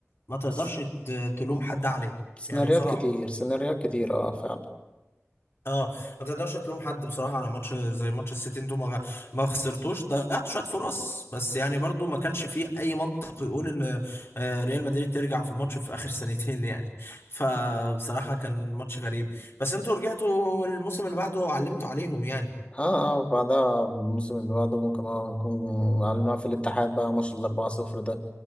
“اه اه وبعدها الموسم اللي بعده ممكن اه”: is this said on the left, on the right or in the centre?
Left